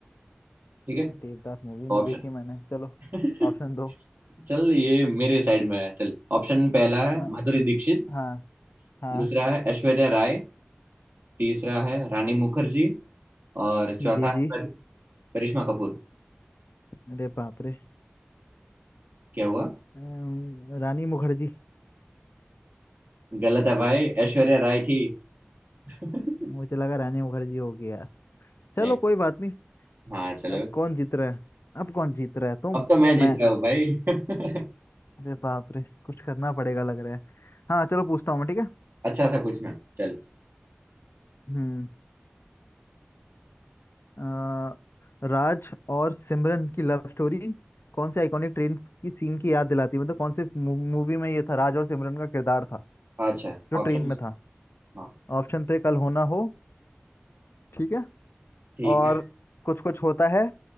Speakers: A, on the right; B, on the left.
A: ठीक है
B: देवदास मूवी नहीं
A: ऑप्शन
B: देखी मैंने चलो
A: <laughs>
B: ऑप्शन दो
A: चल ये मेरे साइड में है चल ऑप्शन पहला है
B: हाँ
A: माधुरी दीक्षित
B: हाँ हाँ
A: दूसरा है ऐश्वर्या राय तीसरा है रानी मुखर्जी और चौथा
B: जी
A: है
B: जी
A: पर, करिश्मा कपूर
B: अरे बाप रे
A: क्या हुआ
B: अम्म, रानी मुखर्जी
A: गलत है भाई ऐश्वर्या राय थी <laughs>
B: मुझे लगा रानी मुखर्जी होगी यार चलो
A: नहीं
B: कोई बात नहीं
A: हाँ चलो
B: अब कौन जीत रहा है अब कौन जीत रहा है तुम
A: अब तो मैं
B: या मैं
A: जीत रहा हूँ भाई <laughs>
B: अरे बाप रे कुछ करना पड़ेगा लग रहा है हाँ चलो पूछता हूँ मैं ठीक है
A: अच्छा सा पूछना चल
B: हम्म अ, राज और सिमरन की लव स्टोरी कौन से आइकॉनिक ट्रेन की सीन की याद दिलाती है मतलब कौन से मूवी में ये था राज और सिमरन का किरदार था
A: अच्छा
B: जो ट्रेन
A: ऑप्शन
B: में था
A: हाँ
B: ऑप्शन थे कल होना हो ठीक है
A: ठीक
B: और
A: है
B: कुछ कुछ होता है